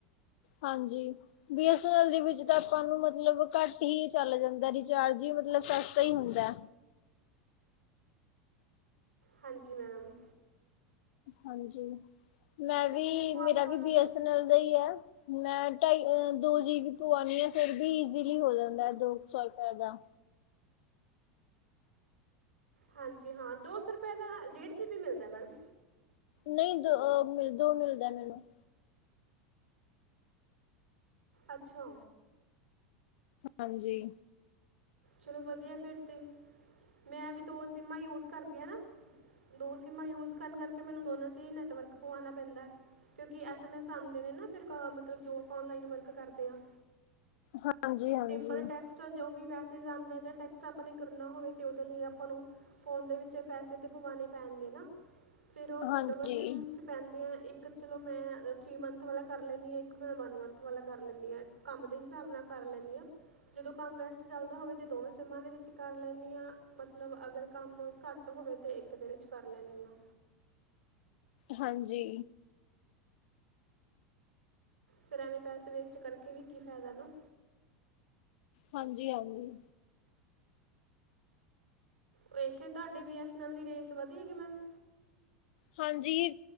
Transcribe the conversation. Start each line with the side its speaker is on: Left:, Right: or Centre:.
Left: ਹਾਂਜੀ। ਬੀ ਐਸ ਅਨ ਅਲ ਦੇ ਵਿੱਚ ਆਪਾਂ ਨੂੰ ਮਤਲਬ ਘੱਟ ਹੀ ਚੱਲ ਜਾਂਦਾ ਰਿਚਾਰਜ ਹੀ ਮਤਲਬ ਸਸਤਾ ਹੀ ਹੁੰਦਾ।
Right: ਹਾਂਜੀ ਮੈਮ।
Left: ਹਾਂਜੀ ਮੈਂ
Right: ਕਿਉਂਕਿ
Left: ਵੀ,
Right: ਦੇਖੋ ਆਪਾਂ
Left: ਮੇਰਾ ਵੀ
Right: ਨੂੰ
Left: ਬੀ ਐਸ ਐਨ ਐਲ ਦਾ ਹੀ ਹੈ। ਮੈਂ ਢਾਈ, ਦੋ ਜੀਬੀ ਪੂਆਨੀ ਆ ਫਿਰ ਵੀ ਈਸਿਲੀ ਹੋ ਜਾਂਦਾ ਦੋ ਸੌ ਰੁਪਏ ਦਾ।
Right: ਹਾਂਜੀ ਹਾਂ ਦੋ ਸੌ ਰੁਪਏ ਦਾ ਡੇਢ ਜੀ ਬੀ ਮਿਲਦਾ ਮੈਡਮ।
Left: ਨਈ ਦੋ ਅ ਦੋ ਮਿਲਦਾ ਮੈਨੂੰ।
Right: ਅੱਛਾ।
Left: ਹਾਂਜੀ।
Right: ਚਲੋ ਵਧੀਆ ਫਿਰ ਤੇ, ਮੈਂ ਵੀ ਦੋ ਸਿੰਮਾਂ ਯੂਜ ਕਰਦੀ ਹਾਂ ਨਾ। ਦੋ ਸਿੰਮਾਂ ਯੂਜ ਕਰਨ ਕਰਕੇ ਮੈਨੂੰ ਦੋਨਾਂ ਚ ਹੀ ਨੈੱਟਵਰਕ ਪਵਾਉਣਾ ਪੈਂਦਾ। ਕਿਉਂਕਿ ਐਸ ਐਮ ਐਸ ਆਦੇ ਨੇ ਨਾ ਫਿਰ ਕਾ ਮਤਲਬ ਜੌਬ ਆਨਲਾਈਨ ਵਰਕ ਕਰਦੇਆਂ।
Left: ਹਾਂਜੀ ਹਾਂਜੀ।
Right: ਸਿੰਪਲ ਟੈਕਸਟ ਜੋ ਵੀ ਮੈਸ ਸਜ ਆਦਾ ਯਾ ਟੈਕਸਟ ਆਪਾਂ ਕਰਨਾ ਹੋਵੇ ਤੇ ਉਹਦੇ ਲਈ ਆਪਾਂ ਨੂੰ ਫੋਨ ਦੇ ਵਿੱਚ ਪੈਸੇ ਤੇ ਪਵਾਣੇ ਪੈਣਗੇ ਨਾ ਫੇਰ ਉਹ
Left: ਹਾਂਜੀ
Right: ਡਬਲ ਸਿਮ ਚ ਪੈਂਦੇ ਐ ਇੱਕ ਚਲੋ ਮੈਂ ਥ੍ਰਰੀ ਮੰਥ ਵਾਲਾ ਕਰ ਲੈਨੀ ਆ ਇੱਕ ਮੈਂ ਵਨ ਮੰਥ ਵਾਲਾ ਕਰ ਲੈਨੀ ਆ। ਕੰਮ ਦੇ ਹਿਸਾਬ ਨਾਲ ਕਰ ਲੈਨੀ ਆ ਜਦੋਂ ਕੰਮ ਵੈਸ ਚੱਲਦਾ ਹੋਵੇ ਤੇ ਦੋਵੇਂ ਸਮਾਂ ਦੇ ਵਿੱਚ ਕਰ ਲੈਨੀ ਆ ਮਤਲਬ ਅਗਰ ਕੰਮ ਘੱਟ ਟ ਹੋਵੇ ਤੇ ਏਕ ਦੇ ਵਿੱਚ ਕਰ ਲੈਨੀ ਆ।
Left: ਹਾਂਜੀ।
Right: ਫੇਰ ਐਵੇਂ ਪੈਸੇ ਵੇਸਟ ਕਰਕੇ ਵੀ ਕੀ ਫਾਇਦਾ ਨਾ।
Left: ਹਾਂਜੀ-ਹਾਂਜੀ।
Right: ਉ ਇੱਥੇ ਤੁਹਾਡੇ ਬੀ ਐਸ ਐਨ ਐਲ ਦੀ ਰੇਜ਼ ਵਧੀ ਹੈਗੀ ਮੈਮ?
Left: ਹਾਂਜੀ।